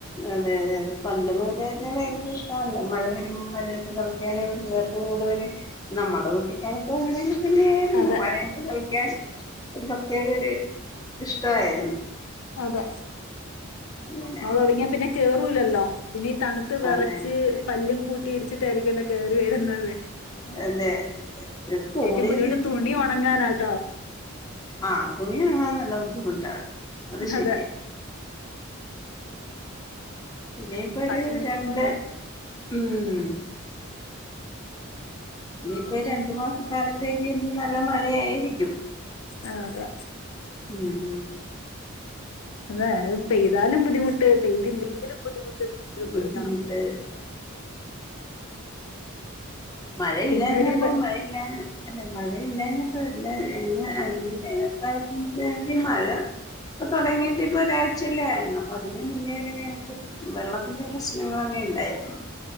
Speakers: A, on the left; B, on the left.
A: അതെയതെഅതെ, പണ്ടുമുതലു തന്നെ ഭയങ്കര ഇഷ്ടമാണല്ലോ മഴ വരുമ്പോം മഴയത്തുകളി പിള്ളേർക്കു കൂടുതലു നമ്മുടെ കുട്ടിക്കാലത്തുമങ്ങനെ തന്നെ പിന്നെയായിരുന്നു
B: അതെ
A: മഴയത്തുകളിക്കാൻ ഒരു പ്രത്യേകയൊരിഷ്ടമായിരുന്നു.
B: അതെ,
A: അങ്ങനെ
B: മഴതുടങ്ങിയാൽപിന്നെ കേറൂലല്ലോ പിന്നെയീതണു ത്തുവിറച്ച്
A: അതെ
B: പല്ലും കൂട്ടിയിടിച്ചിട്ടായിരിക്കുവല്ലോ കേറി വരുന്നത്
A: അതെ അതെ സ്കൂളിൽ
B: ഏറ്റം ബുദ്ധിമുട്ട്തുണിയുണങ്ങാനാട്ടോ
A: ആഹ് തുണിയുണങ്ങാൻ നല്ല ബുദ്ധിമുട്ടാ, അതു ശരിയ
B: അതെ
A: ഇനിപ്പൊഒരുരണ്ട്
B: വാഷിംഗ് മെഷീൻ പോലെ
A: ഉം.. ഇനിയിപ്പൊ രണ്ടുമാസ ക്കാലത്തേക്കുഎന്നും നല്ല മഴയായിരിക്കും.
B: ആഹ്... അതെ
A: ഉം.. ഉം..
B: അതെയത്പെയ്താലും ബുദ്ധിമുട്ട് പെയ്തില്ലെങ്കിലും ബുദ്ധിമുട്ട്..
A: ബുദ്ധിമുട്ട്
B: ഇതാണ്
A: മഴയില്ലാഞ്ഞപ്പോ
B: പിന്നെ ഒരു
A: മഴയില്ലാ അല്ല, മഴയില്ലാഞ്ഞപ്പോ ളില്ല. ഈ വേനൽക്കാലത്തേക്കുമഴ ഇപ്പൊതുടങ്ങിയിട്ടിപ്പോ ഒരാഴ്ചയല്ലേയായുള്ളൂ, അപ്പൊ അതിനുമുന്നേ തന്നെ ഞങ്ങക്ക് വെള്ളത്തിന്റെ പ്രശ്നങ്ങളാണേലുണ്ടായിരുന്നു